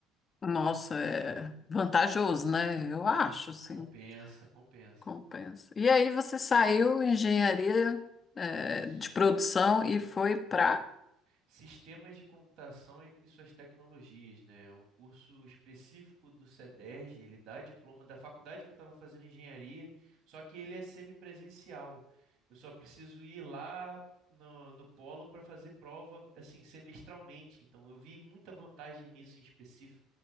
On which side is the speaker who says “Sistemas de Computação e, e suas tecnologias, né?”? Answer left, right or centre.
Right